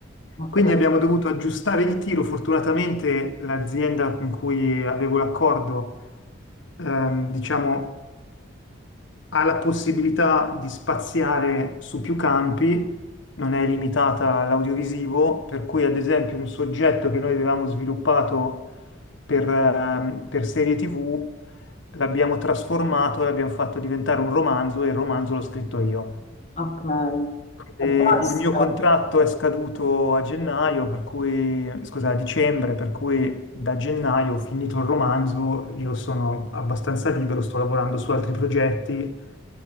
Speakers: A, on the left; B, on the left.
A: Ok,
B: Quindi abbiamo dovuto aggiustare il tiro. Fortunatamente l'azienda con cui avevo l'accordo, ehm, diciamo, ha la possibilità di spaziare su più campi, non è limitata all'audiovisivo, per cui ad esempio un soggetto che noi avevamo sviluppato per, ehm, per serie TV l'abbiamo trasformato, l'abbiamo fatto diventare un romanzo e il romanzo l'ho scritto io.
A: ok. Fantastico.
B: E il mio contratto è scaduto a gennaio, per cui, scusa, a dicembre, per cui da gennaio ho finito il romanzo, io sono abbastanza libero, sto lavorando su altri progetti